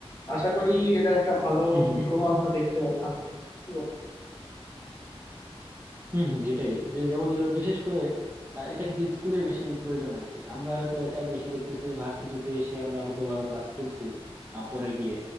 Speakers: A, on the left; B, on the right.
A: আশা করি এটা একটা ভালো
B: হম হম
A: হুম। প্রভাব
B: হম
A: আমরা দেখতে পাবো সামনের দিকে কি বল
B: হম হম এটাই যে যেমন ধরো বিশেষ করে আহ, এটা কিন্তু স্কুলে বেশি প্রয়োজন আর কি আমরা হয়তো এটা বেশি দেখতেছি ভার্সিটিতে এসে আমরা হয়তো ওভাবে ক্লাস করছি আহ, পরে গিয়ে